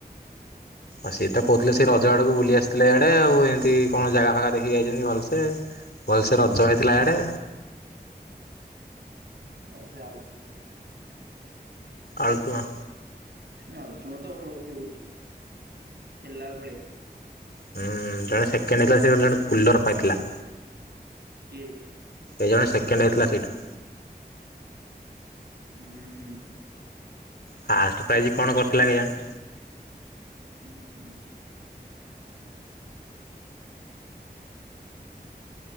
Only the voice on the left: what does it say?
ଆଉ ସିଏ ତ କହୁଥିଲେ ସେ ରଜ ଆଡକୁ ବୁଲି ଆସିଥିଲେ ଇଆଡେ ଆଉ ଏମିତି କଣ ଜାଗା ଫାଗା ଦେଖିକି ଯାଇଛନ୍ତି ଭଲସେ ଭଲସେ ରଜ ହେଇଥିଲା ଇଆଡେ।
ଆଉ ତୁମ
ହୁଁ ଜଣେ ସେକେଣ୍ଡ ହେଇଥିଲା ସେ ଗୋଟେ ଜଣେ କୁଲର ପାଇଥିଲା।
ଏ ଜଣେ ସେକେଣ୍ଡ ହେଇଥିଲା ସେଇଠୁ।
ଫାଷ୍ଟ ପ୍ରାଇଜ କଣ କରିଥିଲା କେଜାଣି?